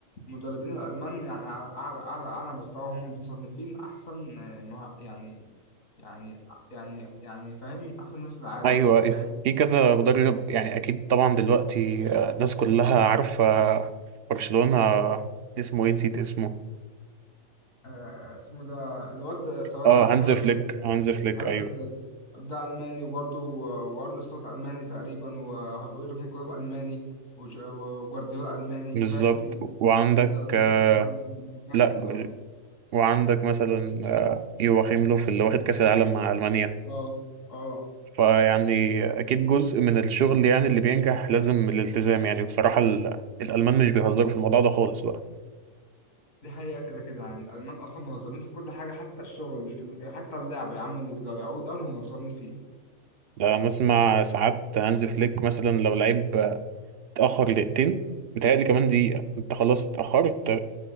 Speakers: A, on the left; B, on the right.
A: المدربين الألمان يعني على أعلى أعلى أعلى مستوى هم متصنفين أحسن آه، مه... يعني يعني يعني يعني فاهم أحسن ناس في العالم
B: ايوه
A: يعني
B: أيوة.
A: فاهم
B: في كذا مدرب يعني اكيد طبعا دلوقتي آه، الناس كلها عارفه آه، برشلونه آه، اسمه ايه نسيت اسمه
A: آه، اسمه ده الواد آه، ثواني
B: اه
A: هجيبه
B: هانز فليك
A: لك من الأول.
B: هانز فليك
A: هانز
B: ايوه
A: فليك ده ألماني وبرضه آه، وأرن سلوت ألماني تقريبا و- ويورجن كلوب ألماني وج- وجوارديولا ألماني
B: بالظبط
A: فاهم
B: وعندك
A: المدربين
B: آه،
A: دول كلهم ألماني
B: لا
A: كلهم
B: جو- وعندك مثلا آه، يواخيم لوف اللي واخد كاس العالم مع المانيا
A: اه اه
B: فيعني اكيد جزء من الشغل يعني اللي بينجح لازم الالتزام يعني بصراحه الالمان مش بيهزروا في الموضوع ده خالص بقى
A: دي حقيقة كده كده يعني الألمان أصلا منظمين في كل حاجة حتى الشغل مش في ال- حتى اللعب يا عم اللي بيضيعوه ده منظمين فيه
B: ده بسمع ساعات هانز فليك مثلا لو لعيب اتأخر دقيقتين متهيألي كمان دقيقة انت خلاص اتأخرت